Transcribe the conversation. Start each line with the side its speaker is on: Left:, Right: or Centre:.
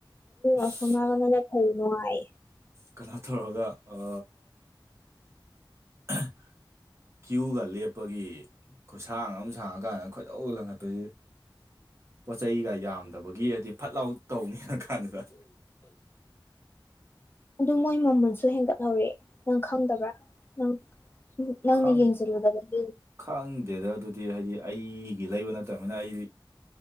Right: ꯑꯁ
Left: ꯑꯁꯨꯝ ꯅꯥꯀꯟꯗꯅ ꯐꯩ ꯅꯨꯡꯉꯥꯏ
Right: ꯀꯅꯥ ꯇꯧꯔꯒ ꯑ <inaudible> ꯀ꯭ꯌꯨꯒ ꯂꯦꯞꯄꯒꯤ ꯈꯨꯁꯥꯡ ꯑꯃ ꯁꯥꯡꯉꯀꯥꯟꯗ ꯈꯣꯏꯗꯧ ꯂꯪꯈꯠꯄꯁꯤꯗꯤ ꯄꯣꯠ ꯆꯩꯩꯒ ꯌꯥꯝꯗꯕꯒꯤ ꯍꯥꯏꯗꯤ ꯐꯠ ꯂꯥꯎ ꯇꯧꯅꯤꯡ ꯀꯥꯟꯗꯨꯗ <inaudible>
Left: ꯑꯗꯨ ꯃꯣꯏ ꯃꯃꯜꯁꯨ ꯍꯦꯟꯒꯠꯍꯧꯔꯦ ꯅꯪ ꯈꯪꯗꯕ꯭ꯔꯥ ꯅꯪ ꯅꯪꯅ
Right: ꯈꯥꯡ
Left: ꯌꯦꯡꯁꯤꯜꯂꯨꯗꯕꯒꯤ
Right: ꯈꯥꯡꯗꯦꯗ ꯑꯗꯨꯗꯤ ꯍꯥꯏꯗꯤ ꯑꯩꯒꯤ ꯂꯩꯕ ꯅꯠꯇꯕꯅꯤꯅ ꯑꯩ